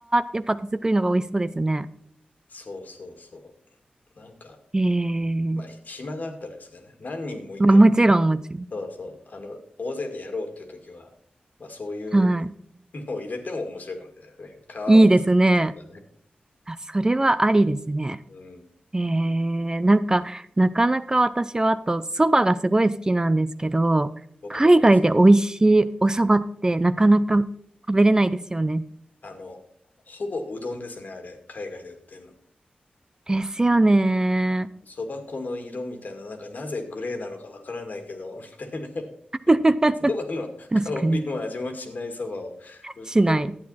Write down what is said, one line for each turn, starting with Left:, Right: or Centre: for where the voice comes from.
Right: やっぱ手作りのが美味しそうですね。
Left: そうそうそう。なんか、
Right: ええ
Left: まあ、ひ暇があったらですかね。何人もいて、
Right: まあ、もちろん、もちろん。
Left: そうそう。あの、大勢でやろうっていう時は、まあそういう
Right: はい。
Left: のを入れても面白いかもしれないですね。<laughs> 皮を作る人とかね。
Right: いいですね。あ、それはありですね。
Left: うん。
Right: ええなんか、なかなか私はあと、蕎麦がすごい好きなんですけど、
Left: 僕もそば好き。
Right: 海外で美味しいお蕎麦ってなかなか食べれないですよね。
Left: あの、ほぼうどんですね、あれ。海外で売ってるの。
Right: ですよね。
Left: あの、そば粉の色みたいな、なんかなぜグレーなのかわからないけど、<laughs> みたいな。<laughs>
Right: <laughs>
Left: そばの香りも味もしないそばを売ってる
Right: 確かに。しない